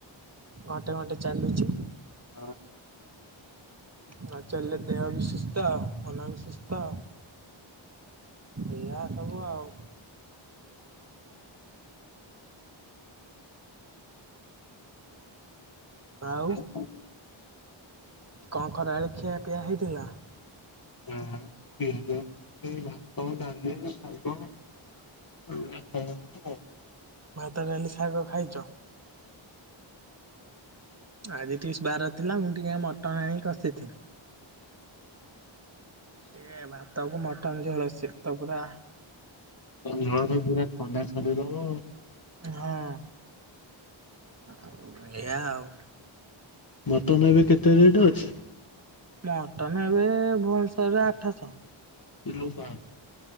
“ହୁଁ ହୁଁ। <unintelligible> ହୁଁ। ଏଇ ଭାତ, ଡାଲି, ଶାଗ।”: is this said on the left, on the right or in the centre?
Left